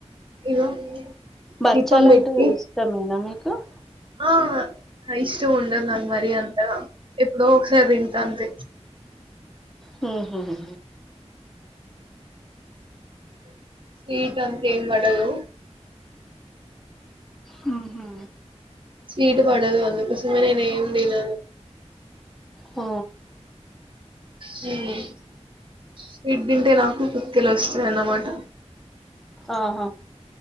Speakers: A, on the right (about 45°); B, in the centre.
A: ఇగో
B: బచ్చాలంటు
A: దీపం పెట్టి
B: ఇష్టమేనా మీకు అ
A: ఆ ఇష్టం ఉండద్ నాక్ మరి అంతగా ఎప్పుడో ఒకసారి తింట అంతే
B: హుమ్ హు హు
A: స్వీట్ అంత ఏం పడదు
B: హుమ్ హు
A: స్వీట్ పడదు అందుకోసమనే నేను తినను
B: ఆ
A: హుమ్ స్వీట్ తింటే నాకు పీపుల్ వస్ చన్నమాట
B: ఆహా